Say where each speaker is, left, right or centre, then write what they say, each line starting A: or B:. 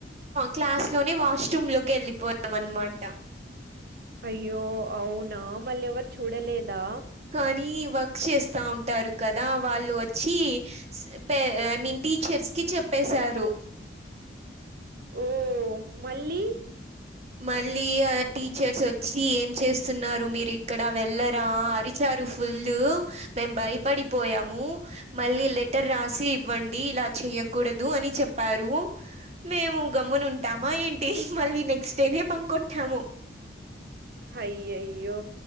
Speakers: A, on the right; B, on the right.
A: క్లాస్ లోనే వాష్రూమ్ లోకి వెళ్ళిపోయాం అనమాట
B: అయ్యో అవునా మల్లి ఎవరు చూడలేదా
A: కానీ వర్క్ చేస్తా ఉంటారు. కదా వాళ్ళు వచ్చి ఏ మీ టీచర్స్ కి చెప్పేశారు
B: ఓ మళ్ళీ
A: మళ్ళీ ఆ టీచర్స్ వచ్చి ఏం చేస్తున్నారు మీరు ఇక్కడ వెళ్లరా అరి చరు ఫుల్ మేము భయపడిపోయాము మళ్ళీ లెటర్ రాసి ఇవ్వండి ఇలా చెయ్యకూడదు అని చెప్పారు మేము గమ్మున ఉంటామా ఏంటి మళ్ళీ నెక్స్ట్ డేనే బంకోట్టాము
B: అయ్య అయ్యో